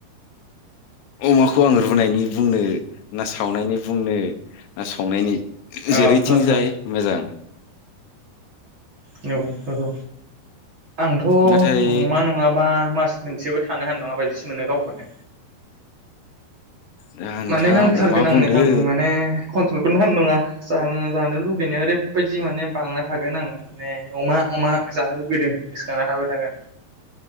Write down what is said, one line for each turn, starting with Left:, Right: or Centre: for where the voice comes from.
Left: अमाखौ आं रुनायनि बुंनो ना सावनायनि बुंनो ना संनायनि
Right: औ
Left: जेरैथिं
Right: हो हो
Left: जाय मोजां
Right: औ <unintelligible> आंथ'
Left: नाथाय
Right: अमा नङाबा मास मोनसेबो थानो हानाय नङा बायदिसो मोनो गावखौनो
Left: दा नोंथाङा
Right: माने नांथारगोन
Left: अमा बुंदों
Right: आंनो आं माने कन्ट्रल <unintelligible> जानो जानो लुुबैनाया ओरैबायदि माने बांना थागोन आं ने अमा अमा जानो लुुबैदों गोसोखांना थाबाय थागोन